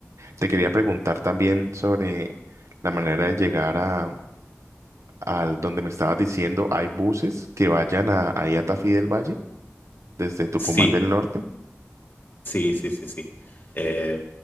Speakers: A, on the right (about 70°); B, on the left (about 40°).
A: Te quería preguntar también sobre la manera de llegar a, al donde me estabas diciendo, ¿hay buses que vayan a, ahí a Tafí del Valle desde Tucumán
B: Sí,
A: del Norte?
B: sí, sí, sí, sí. Eh,